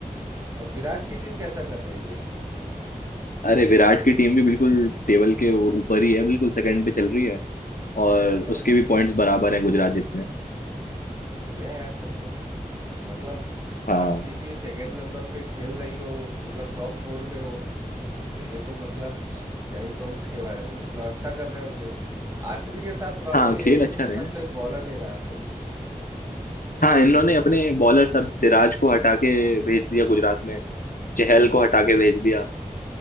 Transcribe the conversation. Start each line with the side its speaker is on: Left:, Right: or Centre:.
Right: अब विराट की टीम कैसा कर रही है
Left: अरे विराट की टीम भी बिल्कुल टेबल के वो ऊपर ही है बिल्कुल सेकंड पे चल रही है
Right: सेकंड
Left: और
Right: नंबर
Left: उसके
Right: पे
Left: भी
Right: है
Left: पॉइंट्स बराबर हैं गुजरात जितने
Right: बढ़िया है यार तब तो मतलब
Left: हाँ
Right: आरसीबी second number पे खेल रही हो मतलब टॉप फोर में हो तो ये तो मतलब क्या ही कहूँ इसके बारे में मतलब अच्छा कर रहे होंगे वो आरसीबी के साथ प्रॉब्लम
Left: हाँ
Right: ये
Left: खेल
Right: है कि
Left: अच्छा
Right: उसके
Left: रहे
Right: पास कोई बॉलर नहीं रहा सही
Left: हाँ इन्होंने अपने बॉलर सब सिराज को हटा के भेज दिया गुजरात में चहल को हटा के भेज दिया